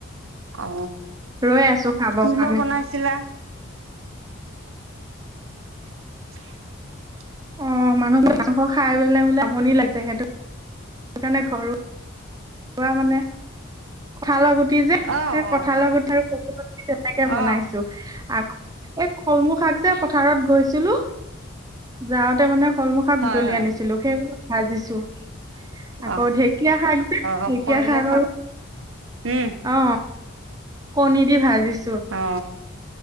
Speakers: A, on the right (about 75°); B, on the right (about 20°).
A: অ
B: ৰৈ আছো খাবৰ
A: কি
B: কাৰণে
A: বা বনাইছিলা <unintelligible>
B: অ মানুহ মাংস খাই পেলাই বোলে আমনি লাগিছে সেইটো সেই কাৰণে ঘৰুৱা ঘৰুৱা মানে কঁঠালৰ গু গুটি সেই
A: অ অ
B: কঠালৰ লগত আৰু তেনেকে বনাইছো
A: অ
B: আকৌ এই কলমু শাক যে পথাৰত গৈছিলো যাওঁতে মানে কলমু শাক
A: হয়
B: বুটলি
A: হয়
B: আনিছিলো সেইবিলাক ভাজিছো আকৌ
A: অ
B: ঢেকীয়া শাক যে
A: অ',
B: ঢেকীয়া
A: কলমৌ
B: শাক আৰু
A: উম
B: অ কণী দি ভাজিছে
A: অ